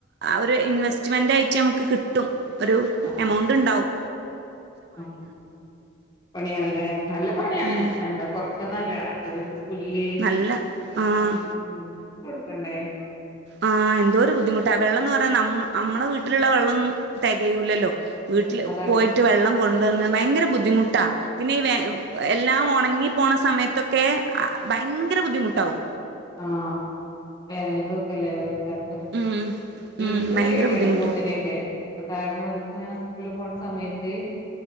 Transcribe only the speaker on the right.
ഒരു ഇൻവെസ്റ്റ്മെന്റ് ആയിട്ട് നമ്ക്ക് കിട്ടും. ഒരു
എമൗണ്ട്ണ്ടാവും.
ഉം
നല്ല
ആ
ആഹ് എന്തോരു ബുദ്ധിമുട്ടാ. വെള്ളന്നർഞ്ഞ ന അമ്മള വീട്ടിലുള്ള വെള്ളൊന്നും തെകയൂലല്ലോ?
വീട്ടില്
പോയിട്ട് വെള്ളം കൊണ്ടുവന്ന് ഭയങ്കര ബുദ്ധിമുട്ടാ പിന്നെ ഈ വേ
ആഹ്. എല്ലാം ഒണങ്ങിപ്പോണ സമയത്തൊക്കെ ഭയങ്കര ബുദ്ധിമുട്ടാവും.
ഉം ഉം
ഭയങ്കര
ബുദ്ധിമുട്ടാ